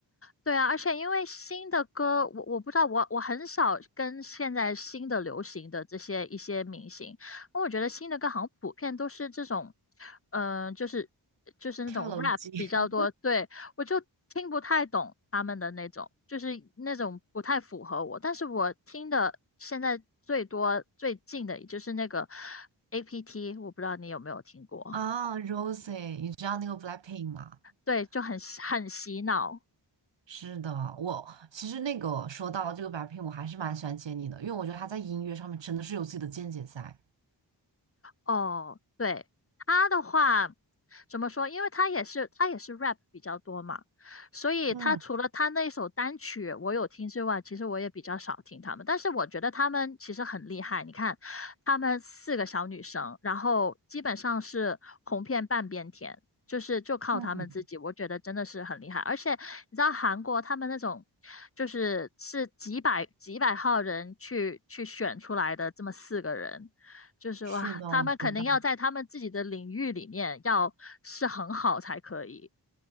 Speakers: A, on the left; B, on the right.
A: 对啊，而且因为新的歌，我我不知道，我我很少跟现在新的流行的这些一些明星，因为我觉得新的歌好像普遍都是这种，嗯、就是就是那种
B: 跳楼机
A: rap 比较多，对，我就听不太懂他们的那种，就是那种不太符合我，但是我听的现在最多最近的也就是那个 APT，我不知道你有没有听过，
B: <laughs>。啊，Rosie，你知道那个 Blackpink 吗？
A: 对，就很很洗脑。
B: 是的，我其实那个说到这个 Blackpink，我还是蛮喜欢杰尼的，因为我觉得他在音乐上面真的是有自己的见解在。
A: 哦，对，他的话怎么说？因为他也是他也是 rap 比较多嘛，所以他除了他那一首单曲我有听之外，
B: 嗯
A: 其实我也比较少听他们。但是我觉得他们其实很厉害，你看，他们四个小女生，然后基本上是红遍半边天，就是就靠他们自己，
B: 嗯，
A: 我觉得真的是很厉害。而且你知道韩国他们那种。就是是几百几百号人去去选出来的这么四个人，就是哇，
B: 是的，
A: 他们肯定要在他们自己的领域里面要是很好才可以。
B: 我知道。